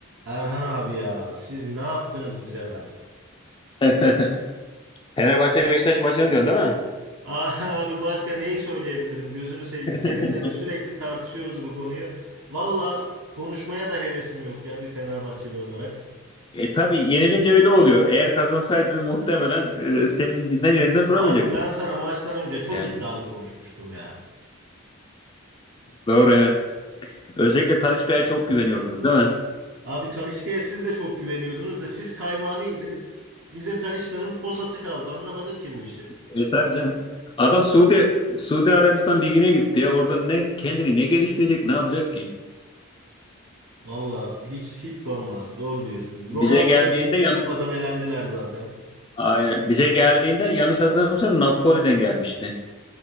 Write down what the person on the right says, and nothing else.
Erhan abi ya siz ne yaptınız bize be? <laughs>
Ah, Abi başka neyi söyleyebilirim gözünü seveyim. Seninle
de sürekli tartışıyoruz bu konuyu. Valla konuşmaya da hevesim yok ya bir Fenerbahçeli olarak.
Abi ben sana maçtan önce çok
iddialı konuşmuştum ya.
Abi Talisca'ya siz de çok güveniyordunuz da siz kaymağını yediniz. Bize Talisca'nın posası kaldı anlamadım ki bu işi.
Valla hiç hiç sorma abi doğru diyorsun.
Ronaldo
da gitti
kupadan elendiler zaten.